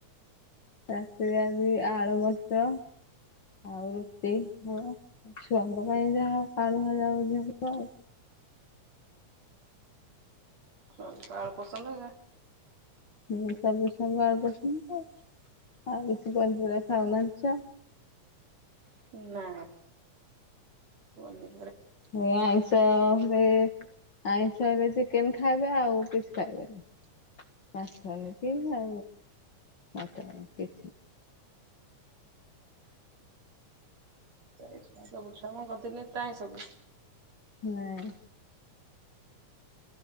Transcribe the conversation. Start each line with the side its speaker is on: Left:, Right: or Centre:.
Left: ରାତିରେ ଆଜି ଆଳୁ ମଟର ଆଉ ରୁଟି ହ ଛୁଆଙ୍କ ପାଇଁ ଯାହା ଆଳୁ ଭଜା ଭଜି ହବ ଆଉ
Right: ଓହ ତାଳ ପସନ୍ଦ ନା
Left: ହୁଁ ସବୁ ସାଙ୍ଗ ଆଡ ବସନ୍ତ ହଁ ବେଶି ପହଞ୍ଚିବେ ହଉନାଛ
Right: ନା ପଲେ
Left: ଇଏ ଆଇଷ ହେ ଆଇଷ ରେ ଚିକେନ ଖାଇବେ ଆଉ କିଛି ଖାଇବେନି ମାଛ ହେଲେ ମଟ ଆଉ କିଛି
Right: ହୁଁଛୁଆ ସବୁ ଛୁଆ ମୁ କରିଥିଲି ତହିଁ ସବୁ
Left: ନାଇଁ